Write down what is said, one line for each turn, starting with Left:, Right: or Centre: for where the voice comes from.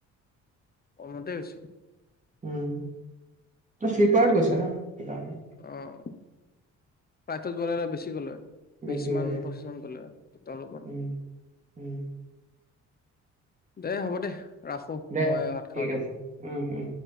Left: কমতে হৈছে।
Right: উম, তই শ্লিপাৰত গৈছ ন' সেইকাৰণে।
Left: অ' ফ্লাইটত গ'লে অলপ বেছি গ'লে হয়।
Right: বেছি
Left: বিশ মান,
Right: হৈ গৈছে
Left: পঁচিছ মান গ'লে হয়। <unintelligible>
Right: উম উম।
Left: দে হ'ব দে। ৰাখো
Right: দে
Left: মই ভাত
Right: ঠিক
Left: খাওঁ দে।
Right: আছে, উম, উম।